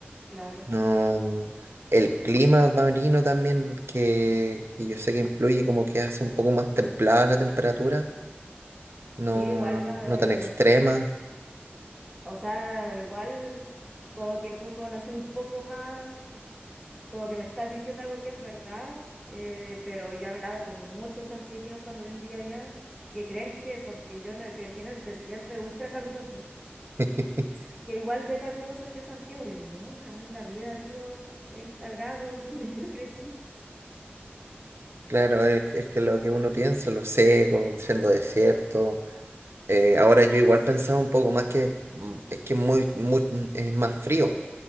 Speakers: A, in the centre; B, on the right.
A: claro.
B: no. El clima marino también, que, que yo sé que influye, como que hace un poco más templada la temperatura, no,
A: Sí, igual uno, de-
B: no tan extrema.
A: o sea, igual como que tú conoces un poco más, como que me estás diciendo algo que es verdad, eh, pero yo he hablado con muchos santiaguinos cuando vivía allá, que creen que porque yo no crecí en el desierto es ultra caluroso,
B: <laughs>
A: que igual de caluroso que Santiago, y no, jamás en la vida ha habido 30 grados <laughs> donde yo crecí,
B: Claro, es, es que lo que uno piensa, lo seco, siendo desierto. Eh, ahora yo igual pensaba un poco más que mm, es que muy, muy, mm, es más frío